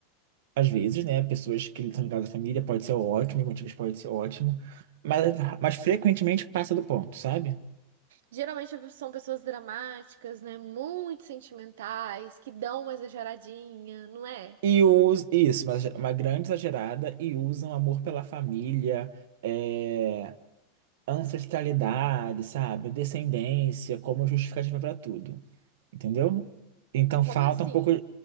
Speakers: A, on the right; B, on the right.
A: às vezes, né? Pessoas que estão ligadas à família pode ser ótimo, motivos pode ser ótimo, mas, mas frequentemente passa do ponto, sabe?
B: Geralmente são pessoas dramáticas, né? Muito sentimentais, que dão uma exageradinha, não é?
A: E us, isso, mas uma grande exagerada e usam amor pela família, é, ancestralidade, sabe? Descendência como justificativa para tudo, entendeu? Então
B: Como
A: falta
B: assim?
A: um pouco,